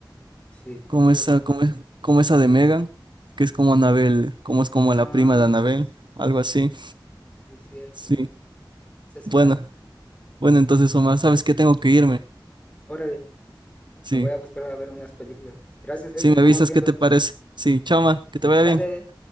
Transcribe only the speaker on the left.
sí,
sí,
¿verdad?
Ah,
sí,
sí,
sí, sí, es cierto.
Esa es
una,
órale,
me voy a buscar a ver unas películas. Gracias, eh,
nos
estamos
viendo.
Sale.